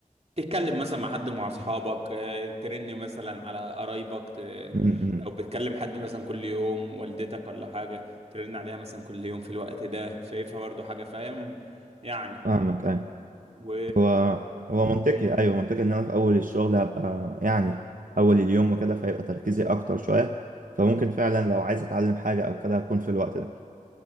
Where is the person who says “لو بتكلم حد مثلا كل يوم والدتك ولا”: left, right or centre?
Right